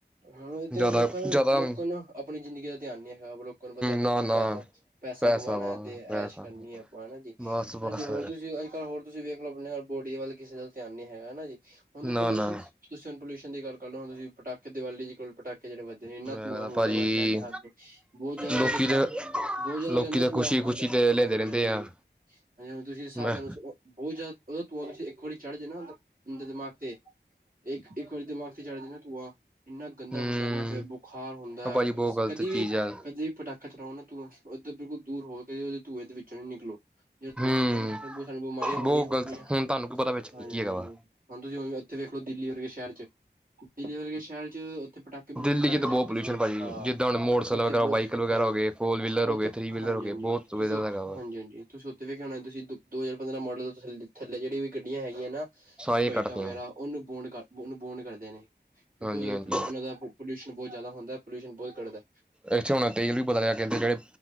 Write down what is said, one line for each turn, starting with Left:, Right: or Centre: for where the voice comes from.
Right: ਹੁਣ ਇਹ
Centre: ਜ਼ਿਆਦਾ
Right: ਤੇ ਲੋਕਾਂ
Centre: ਜ਼ਿਆਦਾ
Right: ਲੋਕਾਂ
Centre: ਹਮ
Right: ਨੂੰ ਆਪਣੀ ਜ਼ਿੰਦਗੀ ਦਾ ਧਿਆਨ ਨੀ ਹੈਗਾ। ਲੋਕ ਨੂੰ ਬਸੇ
Centre: ਨਾ ਨਾ
Right: ਪੈਸਾ-ਪੈਸਾ
Centre: ਪੈਸਾ
Right: ਕਮਾਉਣਾ
Centre: ਵਾ
Right: ਤੇ
Centre: ਪੈਸਾ
Right: ਐਸ਼ ਕਰਨੀ ਆਪਾਂ ਹਨਾ ਜੀ।
Centre: ਬਸ
Right: ਹਾਂਜੀ,
Centre: ਬਸ
Right: ਹੋਰ ਤੁਸੀਂ ਅੱਜ-ਕੱਲ ਹੋਰ ਤੁਸੀਂ ਵੇਖ। ਆਪਣੇ ਬੋਡੀ ਵੱਲ ਕਿਸੇ ਦਾ ਧਿਆਨ ਨੀ ਹੈਗਾ, ਜੀ ਹੁਣ
Centre: ਨਾ
Right: ਪੋਲਿਊਸ਼ਨ।
Centre: ਨਾ
Right: ਤੁਸੀਂ ਹੁਣ ਪੋਲਿਊਸ਼ਨ ਦੀ ਗੱਲ ਕਰ ਲੳ, ਤੁਸੀ ਪਟਾਕੇ ਦੀਵਾਲੀ ਕੋ ਪਟਾਕੇ ਜਿਹੜੇ। ਇੰਨਾ
Centre: ਮੈਂ
Right: ਧੂੰਆ
Centre: ਕਹਿੰਦਾ
Right: ਹੁੰਦਾ,
Centre: ਭਾਜੀ
Right: ਉਹਦਾ ਕਹਿਣ ਦੀ ਹੱਦ ਨਹੀਂ ਬਹੁਤ ਜ਼ਿਆਦਾ
Centre: ਲੋਕੀ
Right: ਗੰਦਾ।
Centre: ਤੇ
Right: ਬਹੁਤ ਜ਼ਿਆਦਾ
Centre: ਲੋਕੀ
Right: ਗੰਦਾ
Centre: ਤਾਂ
Right: ਧੂੰਆ
Centre: ਖੁਸ਼ੀ ਖੁਸ਼ੀ
Right: ਹੁੰਦਾ,
Centre: ਤੇ ਲੈਂਦੇ
Right: ਹਾਂਜੀ-ਹਾਂਜੀ
Centre: ਰਹਿੰਦੇ ਆ
Right: ਹਾਂ ਹਾਂਜੀ ਹੁਣ ਤੁਸੀਂ ਸਾਧਨ।
Centre: ਮੈਂ
Right: ਬਹੁਤ ਜ਼ਿਆਦਾ ਉਹਦਾ ਧੂਆਂ ਇੱਕ ਵਾਰੀ ਚੜ ਜੇ ਨਾ ਬੰਦੇ ਦਿਮਾਗ ਤੇ। ਇੱਕ-ਇੱਕ ਵਾਰੀ ਦਿਮਾਗ ਤੇ ਚੜ ਜੇ ਨਾ ਧੂਆਂ। ਇੰਨਾ ਗੰਦਾ
Centre: ਹਮ
Right: ਹੁੰਦਾ ਨਾ, ਫਿਰ ਬੁਖਾਰ ਹੁੰਦਾ
Centre: ਉਹ ਭਾਜੀ ਬਹੁਤ ਗ਼ਲਤ
Right: ਕਦੇ ਵੀ
Centre: ਚੀਜ਼ ਆ
Right: ਕਦੇ ਵੀ ਪਟਾਕੇ। ਕਚਰਾ ਉਹਨਾਂ ਧੂੰਆਂ ਉਧਰ ਬਿਲਕੁਲ ਦੂਰ ਹੋ ਕੇ ਉਹਦੇ ਧੂੰਏ ਦੇ ਵਿੱਚੋਂ ਨੀ ਨਿਕਲੋ। ਜਿਹੜਾ ਧੂੰਆਂ
Centre: ਹਮ
Right: ਹੁੰਦਾ ਸਾਨੂੰ ਬਿਮਾਰੀਆਂ ਹੋਣੀਆਂ-
Centre: ਬਹੁਤ
Right: ਹੋਣੀਆਂ,
Centre: ਗ਼ਲਤ ਹੁਣ ਤੁਹਾਨੂੰ ਕੀ ਪਤਾ ਵਿੱਚ ਕੀ
Right: ਹਾਂਜੀ।
Centre: ਕੀ ਹੈਗਾ ਵਾ
Right: ਹੁਣ ਤੁਸੀਂ ਇੱਥੇ ਵੇਖ ਲੋ ਦਿੱਲੀ ਵਰਗੇ ਸ਼ਹਿਰ ਚ, ਦਿੱਲੀ ਵਰਗੇ ਸ਼ਹਿਰ ਚ ਉੱਥੇ ਪਟਾਕੇ। ਬਿਲਕੁਲ
Centre: ਦਿੱਲੀ
Right: ਬੈਨ
Centre: 'ਚ ਤਾਂ
Right: ਕਰਦੇ
Centre: ਬਹੁਤ ਪੋਲਿਊਸ਼ਨ
Right: ਸੀ,
Centre: ਭਾਜੀ
Right: ਹਾਂ
Centre: ਜਿੱਦਾਂ ਹੁਣ ਮੋਟਰਸਾਈਕਲ
Right: ਉੱਥੇ
Centre: ਵਗੈਰਾ
Right: ਬਹੁਤ,
Centre: ਵਾਹੀਕਲ ਵਗੈਰਾ
Right: ਹਾਂਜੀ
Centre: ਹੋ ਗਏ ਫੋਰ ਵੀਲਰ
Right: ਉੱਥੇ
Centre: ਹੋ ਗਏ ਥ੍ਰਰੀ ਵੀਲਰ
Right: ਹਾਂਜੀ-
Centre: ਹੋ ਗਏ
Right: ਹਾਂਜੀ।
Centre: ਬਹੁਤ ਵਧ
Right: ਤੁਸੀਂ ਉਹ
Centre: ਹੈਗਾ ਵਾ
Right: ਹਾਂਜੀ -ਹਾਂਜੀ। ਤੁਸੀਂ ਉੱਥੇ ਵੇਖਿਆ ਹੋਣਾ ਤੁਸੀਂ ਦੋ ਹਜ਼ਾਰ ਪੰਦਰਾਂ ਮੋਡਲ ਥੱਲੇ ਜਿਹੜੀਆਂ ਵੀ ਗੱਡੀਆਂ ਹੈਗੀਆਂ ਨਾ।
Centre: ਸਾਰੀਆਂ
Right: ਬਾਈਕਾਂ,
Centre: ਕੱਟਤੀਆਂ
Right: ਵਗੈਰਾ ਉਹਨੂੰ ਬੋਨ ਕਰ, ਉਹਨੂੰ ਬੋਨ ਕਰਦੇ ਨੇ। ਕਿਉਂਕਿ
Centre: ਹਾਂਜੀ ਹਾਂਜੀ
Right: ਉਹਨਾਂ ਦਾ ਪੋਲਿਊਸ਼ਨ ਬਹੁਤ ਜ਼ਿਆਦਾ ਹੁੰਦਾ, ਪੋਲਿਊਸ਼ਨ ਬਹੁਤ ਕੱਢਦਾ।
Centre: ਇੱਥੇ ਹੁਣਾ ਤੇਲ ਵੀ ਪਤਾ ਲਹਾ ਕਹਿੰਦੇ ਜਿਹੜੇ।